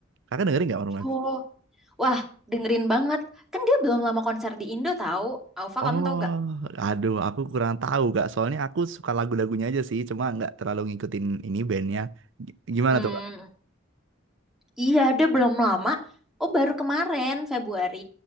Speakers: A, on the right (about 65°); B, in the centre.
A: Kakak dengerin nggak Maroon Five?
B: Oh, Wah, dengerin banget. Kan dia belum lama konser di Indo tahu. Aufa,
A: Oh,
B: kamu tahu gak?
A: aduh, aku kurang tahu Kak. Soalnya aku suka lagu-lagunya aja sih, cuma nggak terlalu ngikutin ini bandnya. G- Gimana
B: Hmm,
A: tuh Kak?
B: iya, dia belum lama. Oh, baru kemarin, Februari,